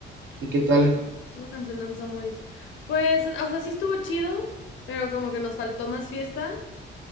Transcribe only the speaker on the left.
Solo,
solo cancelan Soundwaves. Pues, o sea, sí estuvo chido, pero como que nos faltó más fiesta.